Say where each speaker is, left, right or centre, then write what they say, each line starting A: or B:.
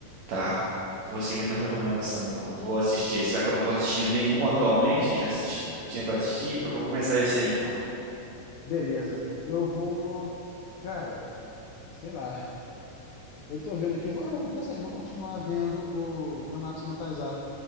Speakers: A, on the right; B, on the left.
A: Tá. Vou seguir tua recomendação, então. Eu vou assistir esse. Já que eu não tô assistindo nenhuma atualmente, já assisti tudo que tinha pra assistir, eu vou começar esse aí, então.
B: Beleza. Eu vou. Cara, sei lá. Eu tô vendo aqui. eu vou- Ah, já sei, eu vou continuar vendo o Donatos no Taizai.